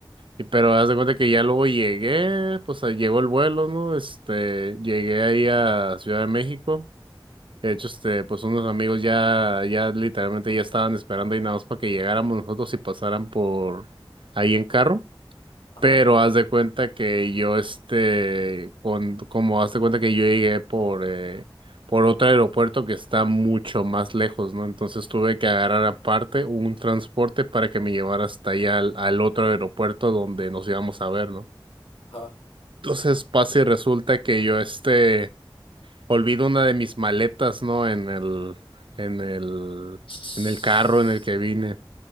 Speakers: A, on the right; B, on the left.
A: Y pero haz de cuenta que ya luego llegué, pues ahí llegó el vuelo, ¿no? Este, llegué ahí a Ciudad de México. De hecho, este, pues unos amigos ya, ya literalmente ya estaban esperando ahí nada más para que llegáramos nosotros y pasaran por ahí en carro.
B: Ajá.
A: Pero haz de cuenta que yo, este, con, como haz de cuenta que yo llegué por, eh, por otro aeropuerto que está mucho más lejos, ¿no? Entonces tuve que agarrar aparte un transporte para que me llevara hasta allá al, al otro aeropuerto donde nos íbamos a ver, ¿no?
B: Ajá.
A: Entonces pasa y resulta que yo, este, olvido una de mis maletas, ¿no? En el, en el,
B: <sniffs>
A: en el carro en el que vine.